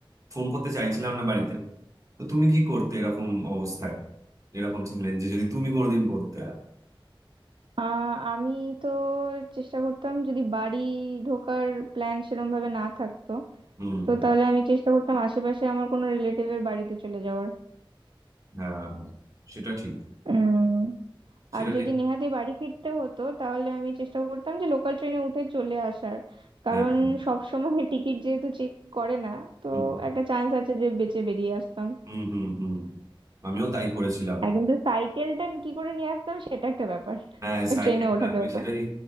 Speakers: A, on the right (about 35°); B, on the right (about 65°).
A: ফোন করতে চাইছিলাম না বাড়িতে তো তুমি কি করতে এরকম অবস্থায় এরকম ছিলেন যে যদি তুমি কোনোদিন পড়তে
B: আহ, আমি তো চেষ্টা করতাম যদি বাড়ি ঢোকার প্ল্যান সেরকম ভাবে না থাকতো
A: হুম
B: তো তাহলে আমি চেষ্টা করতাম আশেপাশে আমার কোনো রিলেটিভের বাড়িতে চলে যাওয়ার
A: হ্যাঁ সেটা ঠিক
B: উম,
A: সেটা
B: আর যদি
A: ঠিক
B: নেহাতি বাড়ি ফিরতে হতো তাহলে আমি চেষ্টা করতাম যে লোকাল ট্রেনে উঠে চলে আসার কারণ
A: হ্যাঁ হ্যাঁ
B: সব সময় <laughs> টিকিট যেহেতু চেক করে না তো
A: হুম
B: একটা চান্স আছে যে বেঁচে বেরিয়ে আসতাম
A: হুম হুম হুম। আমিও তাই করেছিলাম
B: আর কিন্তু সাইকেলটা কি করে নিয়ে আসতাম সেটা একটা ব্যাপার
A: হ্যাঁ
B: ওই
A: সাইকেলটা
B: ট্রেনে ওঠাতে
A: আমি
B: হতো
A: সেটাই